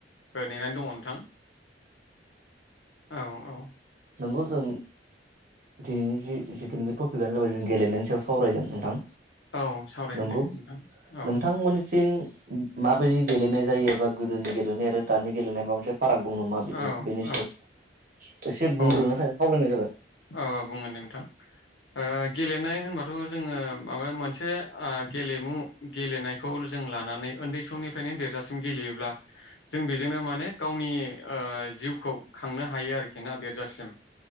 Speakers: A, on the left; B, on the right.
A: ओ नेनानै दङ नोंथां। औ औ।
B: नोंगौ। जों दिनैनि जि जिथुनिखि टपिकानो जाबाय जों गेलेनायनि सायाव सावरायगोन नोंथां।
A: औ सावरायनो
B: नंगौ
A: दे नोंथां औ
B: नोंथांमोननिथिं माबायदि गेलेनाय जायो एबा गोदोनि गेलेनाय आरो दानि गेलेनाय माबा मोनसे फाराग दं नामा? बे-बेनि
A: औ औ
B: <unintelligible> एसे बुंग्रोनो
A: औ
B: थाखाय खावलायनाय जाबाय
A: औ बुंगोन नोंथां ओ गेलेनाय होनबाथ' जोङो माबा मोनसे ओ गेलेमु गेलेनायखौ जों लानानै ओन्दै समनिफ्रायनो देरजासिम गेलेयोब्ला जों बेजोंनो माने गावनि ओ जिउखौ खांनो हायो आरोखि ना देरजासिम